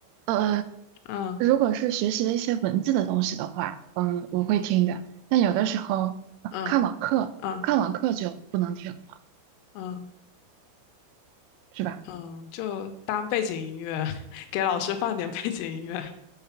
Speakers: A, on the right (about 85°); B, on the left (about 85°).
A: 呃，
B: 嗯
A: 如果是学习了一些文字的东西的话，嗯，我会听的。但有的时候，呃看网课，
B: 嗯嗯
A: 看网课就不能听了，
B: 嗯
A: 是吧？
B: 嗯，就当背景音乐，<laughs> 给老师放点背景音乐，